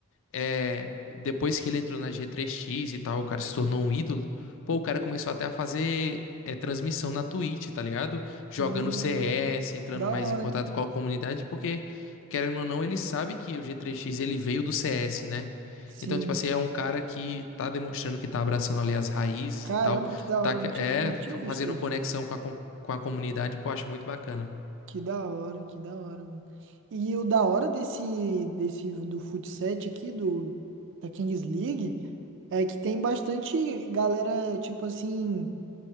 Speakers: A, on the left; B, on the right.
A: é, depois que ele entrou na G3X e tal, o cara se tornou um ídolo. Pô, o cara começou até a fazer é, transmissão na Twitch, tá ligado? Jogando
B: Hum,
A: CS, entrando
B: da
A: mais
B: hora,
A: em contato
B: hein?
A: com a comunidade, porque, querendo ou não, ele sabe que o G3X ele veio do CS, né?
B: Sim.
A: Então, tipo assim, é um cara que tá demonstrando que tá abraçando ali as raízes
B: Caramba,
A: e tal,
B: que da hora,
A: tá que-
B: eu não
A: é
B: tinha, não tinha
A: fa-
B: visto
A: fazendo
B: isso.
A: conexão com a, com com a comunidade, pô, acho muito bacana.
B: Que da hora, que da hora, mano. E o da hora desse, desse do futsal aqui, do, da Kings League, é que tem bastante galera, tipo assim,